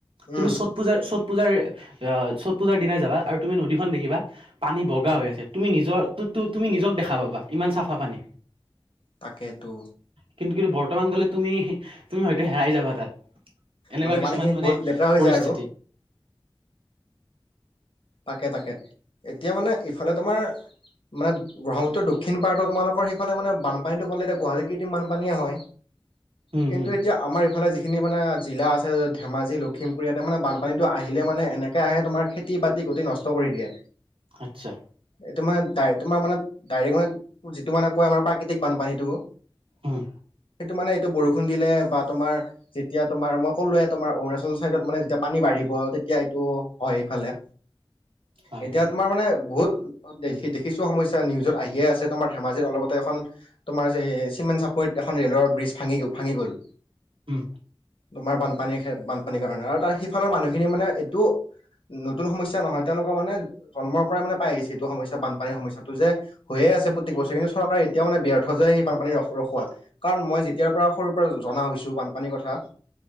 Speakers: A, on the right (about 80°); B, on the left (about 75°).
A: তুমি
B: উম
A: চত পূজাৰ পূজাৰ অ চত পূজাৰ দিনাই যাবা আৰু তুমি নদীখন দেখিবা পানী বগা হৈ আছে তুমি নিজৰ তুমি নিজক দেখা পাবা ইমান চাফা পানী।
B: তাকেতো
A: কিন্তু কিন্তু বৰ্তমান গ'লে তুমি তুমি হয়তো হেৰাই যাবা তাত। এনেকুৱা
B: মানে
A: কিছুমান
B: পানীখিনি
A: মানে
B: বহুত লেতেৰা হৈ
A: পৰিস্থিতি।
B: যায় আৰু তাকে তাকে এতিয়া মানে ইফালে তোমাৰ। মানে ব্ৰহ্মপুত্ৰৰ দক্ষিণ পাৰে তোমালোকৰ সেইফোনে বানপানীটো ক'লে এতিয়া গুৱাহাটী কৃতিৰ্ম বানপানীয়ে হয়।
A: উম
B: কিন্তু
A: উম
B: এতিয়া আমাৰ ইফালে যি। খিনি মানে জিলা আছে ধেমাজি, লখিমপুৰ, ইয়াতে মানে বানপানীটো আহিলে মানে এনেকৈ আহে তোমাৰ খেতি -বাতি নষ্ট কৰি দিয়ে।
A: আচ্ছা।
B: এইটো মানে তোমাৰ মানে ডাইৰেক্ট মানে যিটো মানে কয় আমাৰ প্ৰাকৃতিক বানপানীটো।
A: উম!
B: সেইটো মানে এইটো বৰষুণ দিলে বা তোমাৰ যেতিয়া তোমাৰ মই কলোয়ে তোমাৰ অৰুণাচল চাইডত মানে যেতিয়া পানী বাঢ়ে বাঢ়িব তেতিয়া এইটো হয় এইফালে।
A: হয়
B: এতিয়া
A: হয়
B: তোমাৰ মানে বহুত দেখিছো সমস্যা নিউজত আহিয়ে আছে তোমাৰ ধেমাজিত অলপতে এখন তোমাৰ যে চিমে চা এখন ৰেলৰ বিজ ভাঙি ভাঙি গ'ল।
A: উম!
B: তোমাৰ বানপানীৰ বানপানীৰ কাৰণে আৰু তাৰ সিফালৰ মানুহখিনি মানে এইটো নতুন সমস্যা। নহয় তেওঁলোকৰ মানে জন্মৰ পৰা মানে পাই আহিছে এইটো সমস্যা বানপানীৰ সমস্যাটো, যে হৈয়ে আছে প্ৰতি বছৰে কিন্তু চৰকাৰে এতিয়াও মানে ব্যৰ্থ যোয় সেই বানপানীখ ৰখাত কাৰণ মই যেতিয় পৰা সৰুৰ পৰা জনা হৈছো বানপানীৰ কথা।